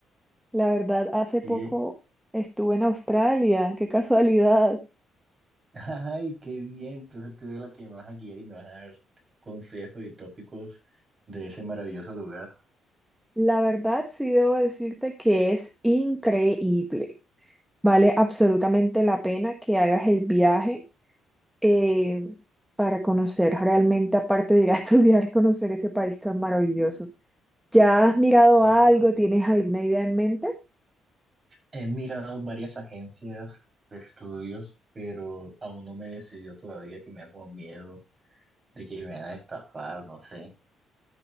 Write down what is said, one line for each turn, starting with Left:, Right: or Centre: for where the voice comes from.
Centre: La verdad, hace
Right: Sí.
Centre: poco
Right: eh.
Centre: estuve en Australia, qué casualidad.
Right: <laughs> Ay, qué bien. Entonces tú eres la que me vas a guiar y me vas a dar consejos y tópicos de ese maravilloso lugar.
Centre: La verdad, sí debo decirte que es increíble. Vale absolutamente la pena que hagas el viaje eh, para conocer realmente, aparte de ir a <laughs> estudiar, conocer ese país tan maravilloso. ¿Ya has mirado
Right: Ah,
Centre: algo? ¿Tienes alguna idea en mente?
Right: he mirado varias agencias de estudios, pero aún no me decidió todavía que me da como miedo de que me van a estafar, no sé.